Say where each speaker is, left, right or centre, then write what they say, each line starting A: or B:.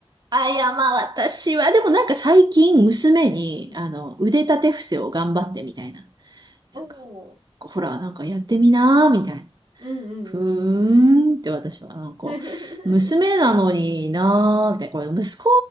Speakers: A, on the right; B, on the right.
A: あ、いや、まあ私は、でもなんか最近娘に、
B: うん。
A: あの、腕立て伏せを頑張ってみたいな。
B: うん。おお。
A: なんか、ほら、なんかやってみなーみたいな。
B: うんうんうんうん。
A: ふーんって私はなんか、
B: <laughs>
A: 娘なのになーみこれ息子